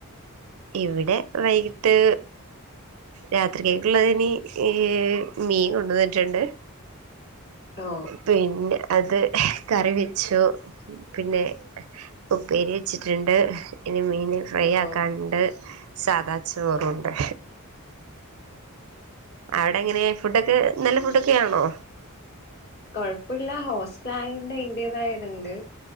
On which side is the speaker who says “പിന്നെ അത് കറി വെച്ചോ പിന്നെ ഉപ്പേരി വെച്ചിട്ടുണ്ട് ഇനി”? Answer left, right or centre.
Right